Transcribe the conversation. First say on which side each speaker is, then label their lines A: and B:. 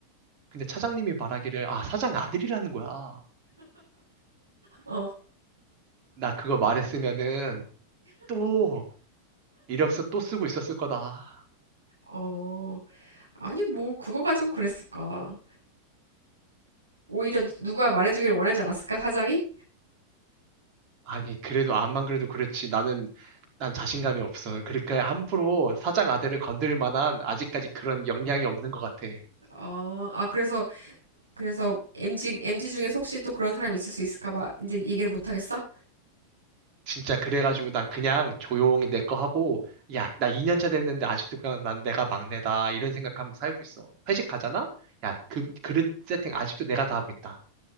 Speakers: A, on the right; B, on the right.
A: 근데 차장님이 말하기를, 아, 사장 아들이라는 거야.
B: 어,
A: 나 그거 말했으면은 또 이력서 또 쓰고 있었을 거다.
B: 어, 아니, 뭐, 그거 가지고 그랬을까. 오히려 누- 누가 말해주길 원하지 않았을까, 사장이?
A: 아니, 그래도 암만 그래도 그렇지. 나는, 난 자신감이 없어. 그러니까 함부로 사장 아들을 건들 만한 아직까지 그런 역량이 없는 것 같아.
B: 어, 아, 그래서, 그래서, MG, MG 중에 혹시 또 그런 사람이 있을 수 있을까 봐, 이제 얘기를 못 하겠어?
A: 진짜 그래가지고 난 그냥 조용히 내 거 하고, 야, 나 2년 차 됐는데 아직도 그냥 난 내가 막내다. 이런 생각하면서 살고 있어. 회식 가잖아? 야, 그, 그릇 세팅 아직도 내가 다 하고 있다.